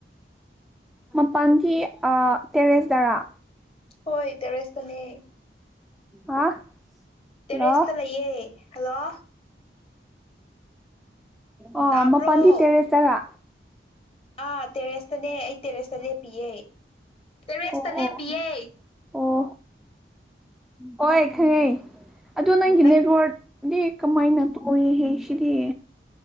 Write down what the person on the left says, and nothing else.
ꯍꯣꯏ ꯇꯦꯔꯦꯁ ꯇꯅꯦ
ꯇꯦꯔꯦꯁꯇ
ꯂꯩꯌꯦ ꯍꯜꯂꯣ
ꯇꯥꯕ꯭ꯔꯣ
ꯑꯥ ꯇꯦꯔꯦꯁꯇꯅꯦ ꯑꯩ ꯇꯦꯔꯦꯁꯇ ꯂꯦꯞꯄꯤꯌꯦ ꯇꯦꯔꯦꯁꯇ
ꯂꯦꯞꯄꯤꯌꯦ
ꯅꯪ